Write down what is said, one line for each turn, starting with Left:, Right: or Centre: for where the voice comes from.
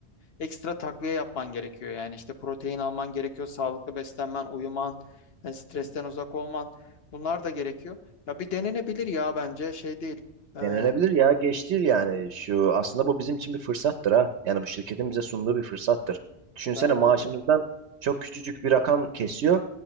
Left: ekstra takviye yapman gerekiyor. Yani işte protein alman gerekiyor, sağlıklı beslenmen, uyuman, e, stresten uzak olman bunlar da gerekiyor. Ya bir denenebilir ya bence şey değil. Ee,
Right: Denenebilir ya geç değil yani şu aslında bu bizim için bir fırsattır ha. Yani bu şirketin bize sunduğu bir fırsattır. Düşünsene
Left: bence
Right: maaşımızdan
Left: de
Right: çok küçücük bir rakam kesiyor.